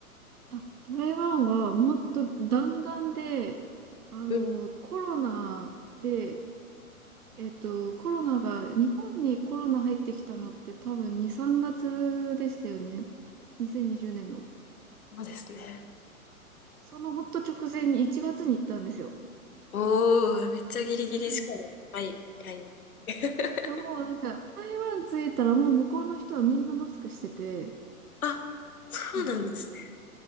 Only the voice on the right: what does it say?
あ、台湾はもっと弾丸で、あの、
コロナで、えっと、コロナが、日本にコロナ入ってきたのって多分2、3月でしたよね。2020年の。
そのほんと直前に1月に行ったんですよ。
<laughs>
でももうなんか、台湾着いたらもう向こうの人はみんなマスクしてて、
うん。